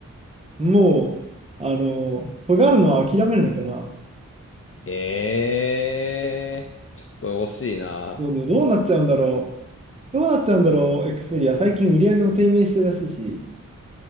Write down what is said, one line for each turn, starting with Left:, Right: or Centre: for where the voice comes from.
Right: もう、あの、尖るのは諦めるのかな。
Left: ええー、ちょっと惜しいな。
Right: そう、でもどうなっちゃうんだろう。どうなっちゃうんだろう、エクスペリア。最近売り上げも低迷してるらしいし。